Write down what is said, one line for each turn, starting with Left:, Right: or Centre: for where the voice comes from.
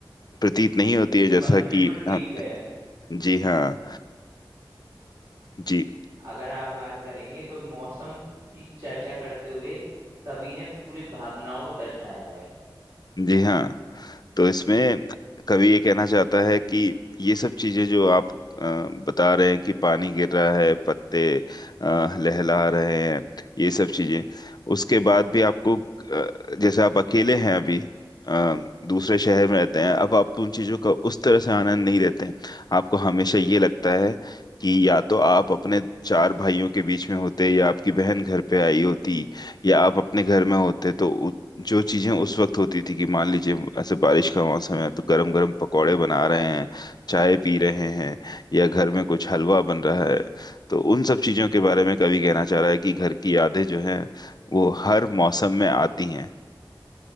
Left: प्रतीत नहीं होती है जैसा
Right: मतलब
Left: कि
Right: बिल्कुल डीप
Left: हाँ,
Right: है
Left: जी हाँ जी
Right: अगर आप बात करेंगे तो मौसम की चर्चा करते हुए कवि ने पूरे भावनाओं को दर्शाया हुआ है
Left: जी हाँ तो इसमें कवि ये कहना चाहता है कि ये सब चीजें जो आप अ, बता रहे हैं कि पानी गिर रहा है पत्ते अ, लहला रहे हैं ये सब चीजें उसके बाद भी आपको अ, जैसे आप अकेले हैं अभी अ, दूसरे शहर में रहते हैं अब आप उन चीजों का उस तरह से आनंद नहीं लेते हैं आपको हमेशा ये लगता है कि या तो आप अपने चार भाइयों के बीच में होते या आपकी बहन घर पे आई होती या आप अपने घर में होते तो जो चीजें उस वक्त होती थी कि मान लीजिए ऐसे बारिश का मौसम है तो गरम गरम पकौड़े बना रहे हैं चाय पी रहे हैं या घर में कुछ हलवा बन रहा है तो उन सब चीजों के बारे में कवि कहना चाह रहा है कि घर की यादें जो हैं वो हर मौसम में आती हैं